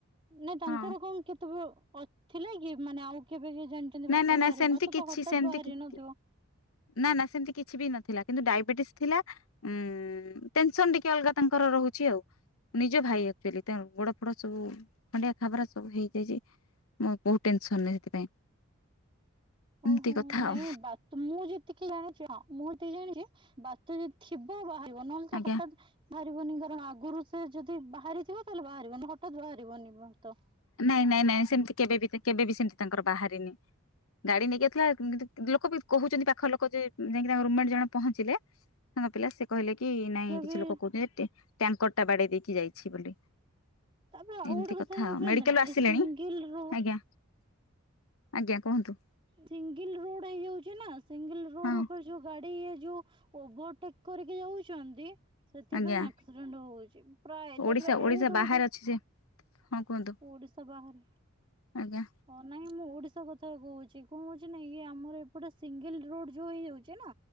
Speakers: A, on the right; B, on the left.
A: ନାଇଁ ତାଙ୍କର
B: ହଁ
A: କଣ କେତେ ବେଳୁ ଅ ଥିଲା କି ମାନେ ଆଉ କେବେ କେ ଜାଣିଚନ୍ତି
B: ନାଇଁ
A: ବାତ
B: ନାଇଁ
A: ବାହାରିବା
B: ନାଇଁ ସେମିତି
A: ବାତ
B: କିଛି
A: ତ ହଠାତ୍
B: ସେମିତି
A: ବାହାରି ନ ଥିବ?
B: ନା ନା ସେମତି କିଛି ବି ନ ଥିଲା କିନ୍ତୁ ଡାଇବେଟିସ୍ ଥିଲା। ଉଁ, ଟେନସନ୍ ଟିକେ ଅଲଗା ତାଙ୍କର ରହୁଛି ଆଉ। ନିଜ ଭାଇ ଏକ୍ଚୁଲି ତା ଗୋଡ ଫୋଡ ସବୁ ଖଣ୍ଡିଆ ଖାବରା ସବୁ ହେଇଯାଇଛି। ମୁଁ ବହୁତ ଟେନସନ୍ ନେ ସେଥିପାଇଁ। ଏମିତି
A: ଓ ହୋ,
B: କଥା
A: ନାହି
B: ଆଉ
A: ବା ତ ମୁଁ ଯେତିକି ଜାଣିଛି ହଁ ମୁଁ ଯେତିକି ଜାଣିଚି ବାତ ଯଦି ଥିବ ବାହାରିବ। ନହେଲେ ତ
B: ଆଜ୍ଞା
A: ହଠାତ୍ ବାହାରିବନି କାରଣ ଆଗୁରୁ ସେ ଯଦି ବାହାରିଥିବ ତାହେଲେ ବାହାରିବ ନ ହଠାତ୍ ବାହାରିବନି ବାତ।
B: ନାଇଁ ନାଇଁ ନାଇଁ ସେମିତି କେବେବି ତେ- କେବେବି ସେମିତି ତାଙ୍କର ବାହାରିନି। ଗାଡି ନେଇକି ଆଇଥିଲା ଉଁ, କିନ୍ତୁ କି- ଲୋକ ବି କହୁଚନ୍ତି ପାଖ ଲୋକ ଯେ ଉଁ, ଯାଇକି ତାଙ୍କ ରୁମମେଟ୍ ଜଣେ ପହଞ୍ଚିଲେ। ସାଙ୍ଗ ପିଲା ସେ କହିଲେ କି
A: ତଥାପି
B: ନାଇଁ କିଛି ଲୋକ କହୁଚନ୍ତି ଟେ- ଟ୍ୟାଙ୍କର ଟା ବାଡେଇ ଦେଇକି ଯାଇଛି ବୋଲି।
A: ତାପରେ ଆଉ
B: ଏମିତି
A: ଗୋଟେ କଥା ଜାଣିଛନ୍ତି
B: ଆଉ ମେଡିକାଲରୁ
A: ନା
B: ଆସିଲେଣି
A: ଏ ସିଙ୍ଗଲ୍ ରୋ
B: ଆଜ୍ଞା ଆଜ୍ଞା କୁହନ୍ତୁ।
A: ସିଙ୍ଗିଲ୍ ରୋଡ ହେଇ ଯାଉଛି ନା ସିଙ୍ଗିଲ୍ ରୋଡ
B: ହଁ
A: ଉପରେ ଯୋଉ ଗାଡି ଇଏ ଯୋଉ ଓଭରଟେକ୍ କରିକି ଯାଉଛନ୍ତି। ସେଥିପାଇଁ
B: ଆଜ୍ଞା
A: ଆକ୍ସିଡେଣ୍ଟ ହଉଚି। ପ୍ରାୟ
B: ଓଡିଶା
A: ତାପରେ
B: ଓଡିଶା
A: ଆଉ ଗୋଟେ
B: ବାହାରେ
A: ଗୋଟେ
B: ଅଛି ସେ ହଁ କୁହନ୍ତୁ
A: ଓଡିଶା ବାହାରେ
B: ଆଜ୍ଞା
A: ହଁ ନାଇଁ ମୁଁ ଓଡିଶା କଥା କହୁଚି। ଯେ କୋଣାସି ନାଇ। ଇଏ ଆମର ଏପଟେ ସିଙ୍ଗିଲ୍ ରୋଡ ଯୋଉ ହେଇଯାଉଛି ନା